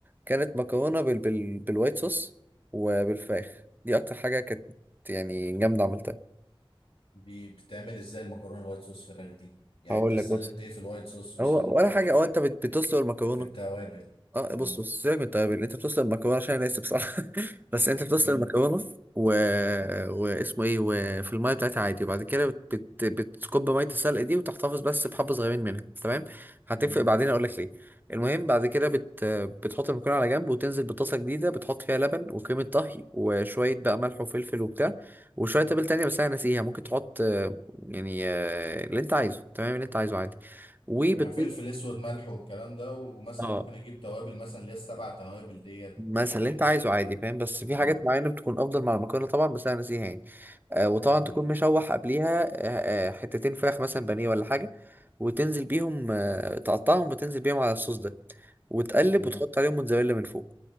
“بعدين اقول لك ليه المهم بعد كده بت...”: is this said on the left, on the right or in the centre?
Right